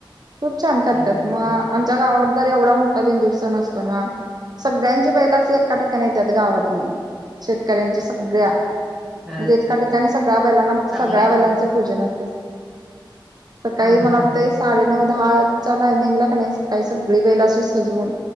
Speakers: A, on the right; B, in the centre.
A: खूप छान करत्यात
B: अच्छा
A: म आमच्या गावाकड तर, एवढा मोठा बेंदूर सण अस तो ना, पण सगळ्यांची बैल अशी एका पेटाला येत्यात गावातली. शेतकऱ्यांची सगळ्या म्हणजे
B: अ
A: एका ठिकाणी सगळ्या बैलांना,
B: चांगला
A: सगळ्या
B: आहे ना
A: बैलांचं पूजन असतय. सकाळी
B: हा
A: मला
B: हा
A: वाटतंय साडे नऊ दहाचा टायमिंगला का नाही सकाळी सगळी बैल अशी सजवून